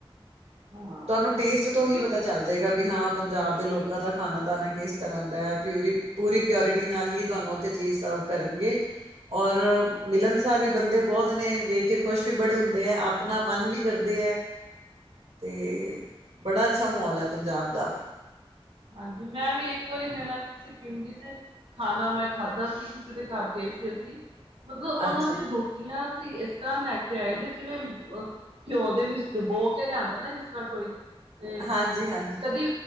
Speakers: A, on the right; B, on the right.
A: ਹਾਂ
B: ਤੁਹਾਨੂੰ ਟੇਸਟ ਤੋਂ
A: ਕਿਉਂਕਿ
B: ਹੀ ਪਤਾ ਚੱਲ ਜਾਏਗਾ। ਵੀ ਹਾਂ ਪੰਜਾਬ ਦੇ ਲੋਕ ਲੋਕਾਂ ਦਾ ਖਾਣਾ, ਦਾਣਾ ਕਿਸ ਤਰ੍ਹਾਂ ਦਾ ਪਿ ਪੂਰੀ ਪਿਓਰਟੀ ਨਾਲ ਹੀ ਤੁਹਾਨੂੰ ਉੱਥੇ ਚੀਜ਼ ਸਰਵ ਕਰਨਗੇ। ਔਰ ਮਿਲਣਸਾਰ ਵੀ ਬੰਦੇ ਬਹੁਤ ਨੇ ਵੇਖ ਕੇ ਖੁਸ਼ ਵੀ ਬੜੇ ਹੁੰਦੇ ਹੈ। ਆਪਣਾ ਪਨ ਵੀ ਕਰਦੇ ਤੇ ਬੜਾ ਅੱਛਾ ਮਾਹੌਲ ਹੈ ਪੰਜਾਬ ਦਾ
A: ਹਾਂ ਜੀ! ਮੈਂ ਵੀ ਇੱਕ ਵਾਰੀ ਮੇਰਾ ਕਿਸੇ ਪਿੰਡੀ ਚ ਖਾਣਾ ਮੈਂ ਖਾਧਾ ਸੀ ।ਕਿਸੇ ਦੇ ਘਰ ਕੇ ਕਿਥੇ ਸੀ । ਮਤਲਬ ਉਹਨਾਂ
B: ਅੱਛਾ
A: ਦੀ ਰੋਟੀਆਂ ਅਸੀ ਇਸ ਤਰ੍ਹਾਂ ਲੈ ਕੇ ਆਏ ਸੀ। ਜਿਵੇਂ ਘਿਓ ਦੇ ਵਿੱਚ ਡਬੋ ਕੇ ਲਿਆਂਦਾ ਨਾ ਜਿਸ ਤਰ੍ਹਾਂ ਕੋਈ। ਤੇ
B: ਹਾਂਜੀ, ਹਾਂਜੀ,
A: ਕਦੀ